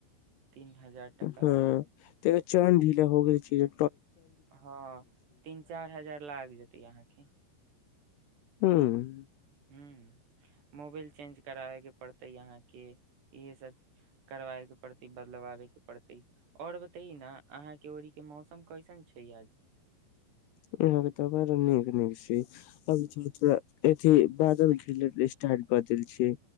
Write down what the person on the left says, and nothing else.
हँ
तैका चैन ढीला हो गेल छय जे
हूं हूँ
अपने सबके तऽ बड नीक नीक छी अभी तरले थोड़ा अथी बादल घेरले स्टार्ट कऽ देल छै